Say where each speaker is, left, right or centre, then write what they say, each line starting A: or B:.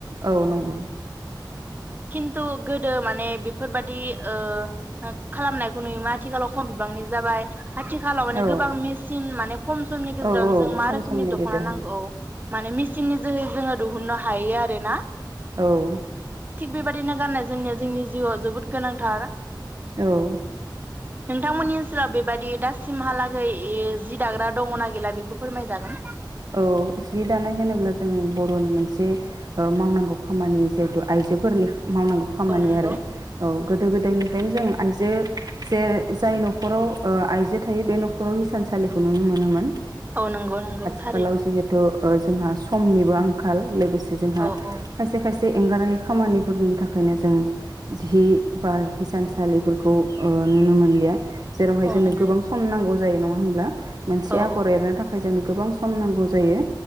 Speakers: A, on the right; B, on the right.
A: औ नंगौ
B: खिन्थु गोदो माने बेफोरबादि ओ ओ खालामनायखौ नुयो मा आथिखालाव खम बिबांनि जाबाय आथिखालाव माने
A: औ
B: गोबां मेचिन माने खम समनि गेजेरावनो
A: औ औ
B: जों मा
A: खम
B: रोखोमनि
A: समनि
B: दख'ना
A: गेजेराव
B: नांगौ माने मिचिंनि जोहै जोङो दहुननो हायो आरो ना
A: औ
B: बेबादिनो गाननाय जोमनाया जोंनि जिउआव जोबोद गोनां थार
A: औ
B: नोंथांमोननि ओनसोलाव बेबायदि दासिमहालागै ओ जि दाग्रा दङना गैला बेखौ फोरमाय जागोन
A: औ जि दानाय होनोब्ला जों बर'नि मोनसे ओ मावनांगौ खामानि जिहेथु आइजोफोरनि मावनांगौ खामानि
B: औ नंगौ
A: आरो औ गोदो गोदायनिफ्रायनो जों आइजो जे जाय नखराव ओ आइजो थायो बे नखराव हिसानसालिखौ नुनो मोनोमोन
B: औ नंगौ नंगौ था
A: खालाव जिहेथु ओ जोंहा समनिबो आंखाल लोगोसे जोंहा
B: औ औ
A: खायसे खायसे जे एंगारायै खामानिफोरनि थाखायनो जों जि बा हिसानसालिफोरखौ ओ नुनो मोनलिया जेरावहाय
B: औ
A: जोंनो
B: नंगौ
A: गोबां सम नांगौ जायो नङा होनब्ला मोनसे
B: औ
A: आगर एरनो थाखाय जोंनो गोबां सम नांगौ जायो